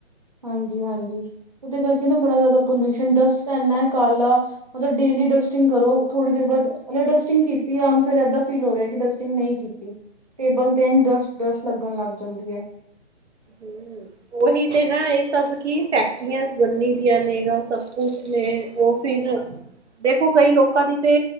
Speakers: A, on the right; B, on the right.
A: ਹਾਂਜੀ-ਹਾਂਜੀ, ਓਦੇ ਕਰਕੇ ਨਾ ਬੜਾ ਜਾਦਾ ਪੋਲਿਊਸ਼ਨ ਡਸਟ ਤਾਂ ਏਨਾਂ ਕਾਲਾ ਮਤਲਬ ਡੇਲੀ ਡਸਟਿੰਗ ਕਰੋ ਥੋੜ੍ਹੀ ਦੇਰ ਬਾਦ ਡਸਟਿੰਗ ਕੀਤੀ ਐ ਅਨਫੇਯਰ ਏਦਾਂ ਫੀਲ ਹੋ ਰਿਹਾ ਕਿ ਡਸਟਿੰਗ ਨਈ ਕੀਤੀ। ਟੇਬਲ ਤੇ ਐਨ ਡਸਟ-ਡਸਟ ਲੱਗਣ ਲੱਗ ਜਾਂਦੀ ਐ।
B: ਹੂੰ। ਉਹੀ ਤੇ ਨਾ ਇਹ ਸਭ ਕਿ ਫੈਕਟਰੀਆਂ ਬੰਨੀ ਦੀਆਂ ਨੇ ਸਭ ਕੁਛ ਨੇ। ਉਹ ਫਿਰ ਦੇਖੋ ਕਈ ਲੋਕਾਂ ਦੀ ਤੇ